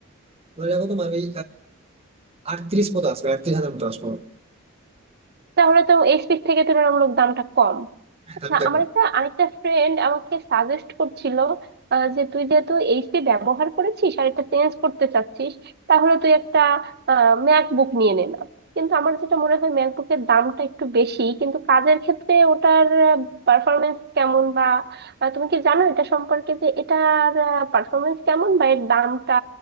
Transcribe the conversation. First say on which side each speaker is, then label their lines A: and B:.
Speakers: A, on the right; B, on the right.
A: ধরে রাখো তোমার ওই আটত্রিশ মতো আসবে আটত্রিশ হাজার মতো আসবে
B: তাহলে তো এইচপির থেকে তুলনামূলক দামটা কম
A: হ্যাঁ
B: আচ্ছা
A: দামটা
B: আমার একটা আরেকটা ফ্রেন্ড আমাকে সাজেস্ট করছিল আহ, যে তুই যেহেতু এইচপি ব্যবহার করেছিস আর এটা চেঞ্জ করতে চাচ্ছিস তাহলে তুই একটা ম্যাকবুক নিয়ে নে না কিন্তু আমার যেটা মনে হয় ম্যাকবুকের দামটা একটু বেশি কিন্তু কাজের ক্ষেত্রে ওটার পারফরমেন্স কেমন বা আহ, তুমি কি জানো এটা সম্পর্কে যে এটার পারফরমেন্স কেমন বা এর দামটা